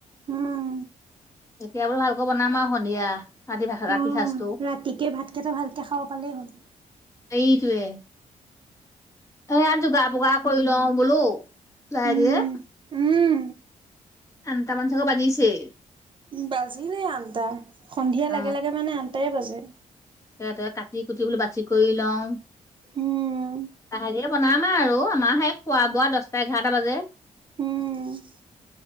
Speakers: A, on the right (about 40°); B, on the left (about 20°).
A: উম,
B: এতিয়া বোলে, ভালকৈ বনাম আৰু সন্ধিয়া। <unintelligible>
A: অ', ৰাতিকে, ভাতকেইটা ভালকে খাব পালেই হ'ল।
B: সেইটোৱে! এইয়া, যোগাৰ- বোগাৰ কৰি লওঁ বোলোঁ, লাহে-ধিৰে।
A: উম, উম,
B: আঠটামান চাগে বাজিছেই।
A: বাজিলেই আঠটা, সন্ধিয়া
B: অ
A: লাগে-লাগে মানে, আঠটাই বাজে।
B: ইয়াতে, কাটি-কুটি বোলোঁ, বাছি কৰি লওঁ।
A: উম,
B: এহাজিয়ে বনাম আৰু আমাৰহে খোৱা-বোৱা দহটা-এঘাৰটা বাজে।
A: উম!